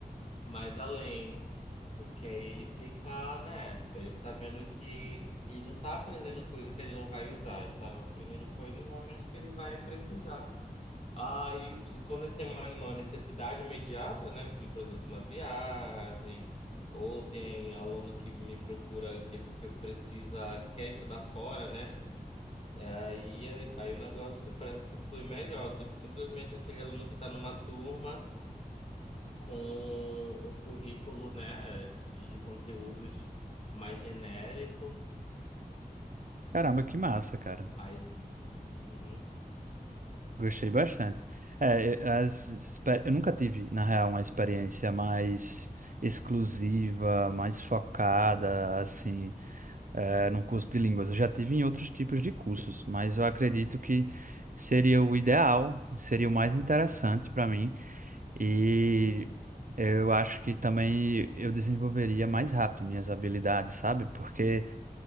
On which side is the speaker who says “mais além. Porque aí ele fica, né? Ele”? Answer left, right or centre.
Left